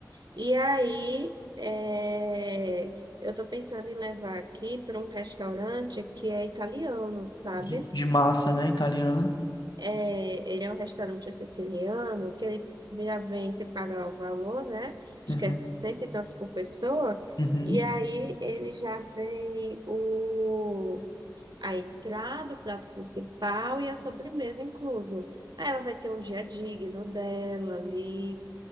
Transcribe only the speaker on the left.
De, de massa, né? Italiana.
Uhum.
Uhum.